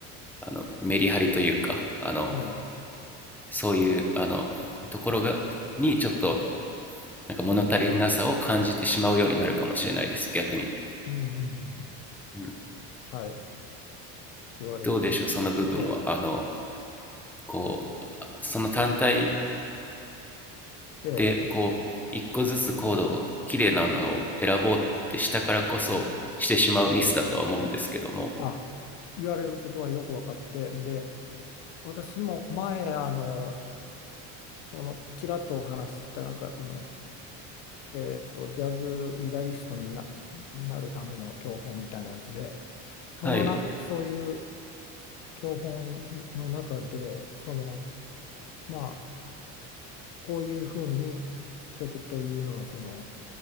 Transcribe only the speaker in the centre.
あのメリハリというかあの
そういうあのところがにちょっとなんか物足りなさを感じてしまうようになるかもしれないです逆に、
うん、
どうでしょうその部分はあのこうその単体
でこう一個ずつコードを綺麗なのを選ぼうってしたからこそしてしまうミスだとは思うんですけども
はい